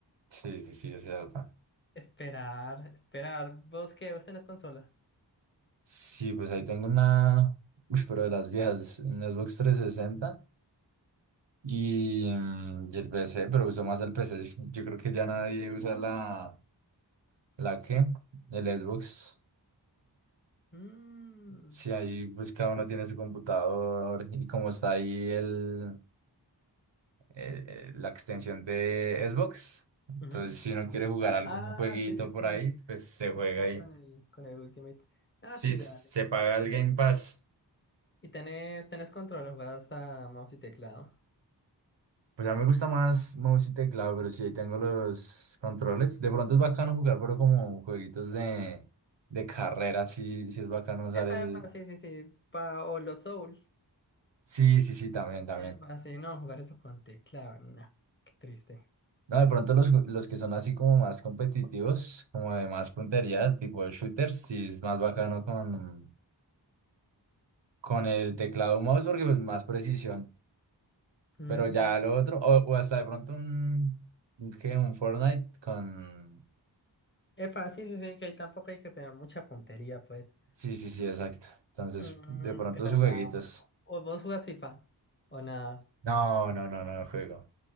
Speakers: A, on the right; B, on the left.
A: Sí, sí, sí, es cierto.
B: Esperar, esperar. ¿Vos qué? ¿Vos tenés consola?
A: Sí, pues ahí tengo una. Uy, pero de las viejas, un Xbox trescientos sesenta y, mm, y el PC, pero uso más el PC. Yo creo que ya nadie usa la. ¿La qué? El Xbox.
B: Mm,
A: Sí, ahí pues cada uno tiene su computador y como está ahí el. eh, eh, la extensión de Xbox. Entonces,
B: ujú.
A: si uno quiere jugar algún
B: Ah,
A: jueguito
B: sí, sí, sí.
A: por ahí, pues se
B: Eh,
A: juega
B: Ya
A: ahí.
B: con el, con el Ultimate. Ah,
A: Si
B: sí,
A: se
B: dale.
A: paga el Game Pass,
B: ¿Y tenés, tenés control o jugás a mouse y teclado?
A: pues a mí me gusta más mouse y teclado, pero si ahí tengo los controles, de pronto es bacano jugar, pero como jueguitos de, de carrera, sí, sí es bacano usar
B: Epa,
A: el...
B: epa, sí, sí, sí. Pa, o los Souls.
A: Sí, sí, sí, también, también.
B: Epa, sí, no, jugar eso con teclado, no. Qué triste.
A: No, de pronto los, ju- los que son así como más competitivos, como de más puntería, tipo de shooters, sí es más bacano con, con el teclado o mouse porque pues, más precisión.
B: Mm,
A: Pero ya lo otro, o, o hasta de pronto un, un, ¿qué? un Fortnite con...
B: Epa, sí, sí, sí, que ahí tampoco hay que tener mucha puntería, pues.
A: Sí, sí, sí, exacto. Entonces,
B: Mm,
A: de pronto
B: pero
A: sus jueguitos.
B: nada. ¿O vos jugás FIFA? ¿O nada?
A: No, no, no, no juego.